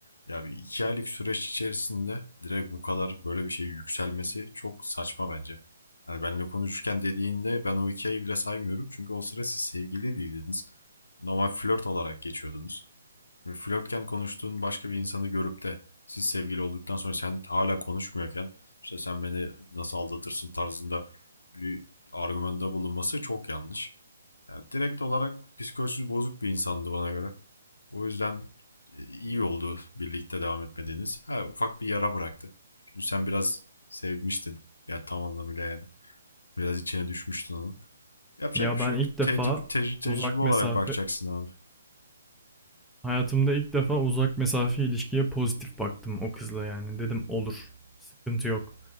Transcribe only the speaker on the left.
Ya bir iki aylık süreç içerisinde direkt bu kadar böyle bir şey yükselmesi çok saçma bence. Hani benimle konuşurken dediğinde ben o iki ayı bile saymıyorum. Çünkü o sıra siz sevgili değildiniz. Normal flört olarak geçiyordunuz. Ve flörtken konuştuğun başka bir insanı görüp de siz sevgili olduktan sonra sen hala konuşmuyorken işte sen beni nasıl aldatırsın tarzında bir argümanda bulunması çok yanlış. Yani direkt olarak psikolojisi bozuk bir insandı bana göre. O yüzden e, iyi oldu birlikte devam etmediğiniz. Ha ufak bir yara bıraktı. Çünkü sen biraz sevmiştin. Ya tam anlamıyla yani. Biraz içine düşmüştün onun. Yapacak
bir
şey yok.
Tecrübe, tecrübe tecrübe
olarak
bakacaksın abi.